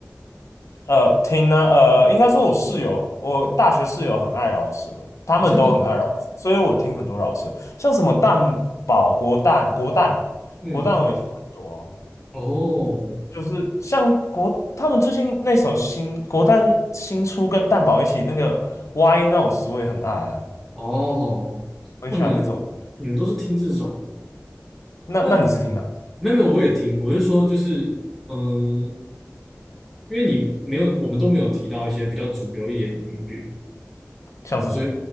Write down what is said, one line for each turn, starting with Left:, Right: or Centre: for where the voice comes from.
Left: 呃，听呢、呃，应该说我室友，我大学室友很爱饶舌，他们都很爱饶舌，
Centre: 哦，真的啊
Left: 所以我听很多饶舌，像什么蛋堡、国蛋、国蛋、
Centre: 嗯，
Left: 国蛋，我也听很多啊
Centre: 哦
Left: 就是像国他们最近那首新国蛋新出跟蛋宝一起那个《Why n o w s 我也很爱啊，
Centre: 哦，
Left: 我很喜欢那首歌
Centre: 哦，你你们都是听这种？
Left: 那那你是听哪首
Centre: 那没有没有，我也听，我是说就是嗯，因为你没有，我们都没有提到一些比较主流一点的音乐。
Left: 像是什么？
Centre: 所以，